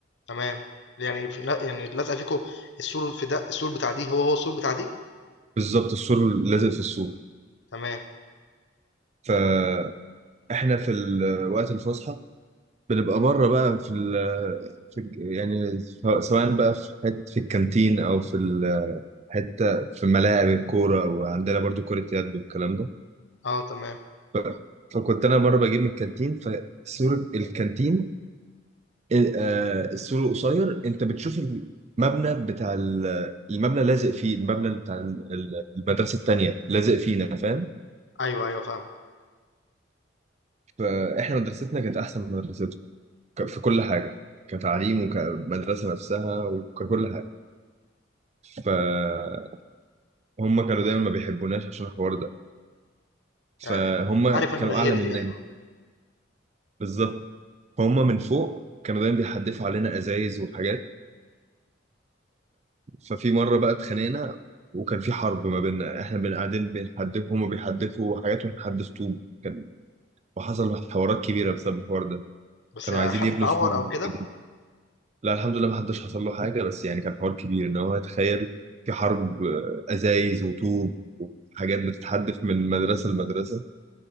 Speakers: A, on the left (about 65°); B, on the right (about 35°).
A: تمام يعني في- لا- يعني لازقة فيكو السور في ده السور بتاع دي هو هو السور بتاع دي
B: بالظبط السور لازق في السور
A: تمام
B: فإحنا في ال- وقت الفسحة بنبقى بره بقى في, ال في الج- يعني سواء بقى في حتة في الكانتين أو في ال- حتة في ملاعب الكورة وعندنا برضو كرة يد والكلام ده
A: اه تمام
B: ف- فكنت انا مره بجيب من الكانتين فسور الكانتين آه، السور القصير انت بتشوف المبنى بتاع ال- المبنى لازق فيه المبنى بتاع ال- ال- المدرسه التانيه لازق فينا فاهم
A: ايوه ايوه فاهم
B: فاحنا مدرستنا كانت احسن من مدرستهم ك- في كل حاجه كتعليم وكمدرسه نفسها وككل حاجه فهم كانوا دايما ما بيحبوناش عشان الحوار ده
A: آه،
B: فهم
A: عارف انا
B: كانوا
A: الغيرة
B: اعلى مننا
A: دي ايوه
B: بالظبط فهم من فوق كانوا دايما بيحدفوا علينا ازايز وحاجات ففي مرة بقى اتخانقنا وكان في حرب ما بيننا احنا بن قاعدين بنحدف هما بيحدفوا حاجات واحنا بنحدف طوب كان وحصل حوارات كبيرة بسبب الحوار ده
A: بس
B: كانوا
A: حد
B: عايزين يبنوا
A: اتعور
B: سور
A: او كده
B: جديد لا الحمد لله ما حدش حصل له حاجة بس يعني كان حوار كبير ان هو تخيل في حرب آه، ازايز وطوب وحاجات بتتحدف من مدرسة لمدرسة